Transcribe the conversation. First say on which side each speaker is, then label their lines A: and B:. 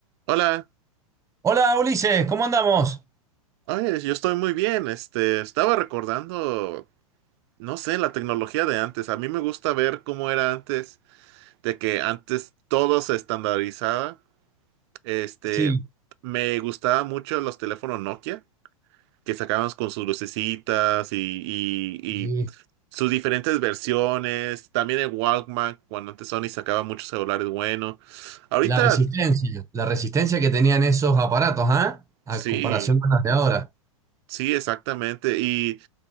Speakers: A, on the right; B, on the right.
A: Hola,
B: Hola Ulises, ¿cómo andamos?
A: oye, yo estoy muy bien. Este, estaba recordando, no sé, la tecnología de antes. A mí me gusta ver cómo era antes, de que antes todo se estandarizaba. Este,
B: Sí,
A: me gustaba mucho los teléfonos Nokia, que sacaban con sus lucecitas y, y,
B: sí.
A: y sus diferentes versiones. También el Walkman, cuando antes Sony sacaba muchos celulares buenos. Ahorita,
B: La resistencia, la resistencia que tenían esos aparatos, ¿ah? A
A: sí,
B: comparación con las de ahora.
A: sí, exactamente. Y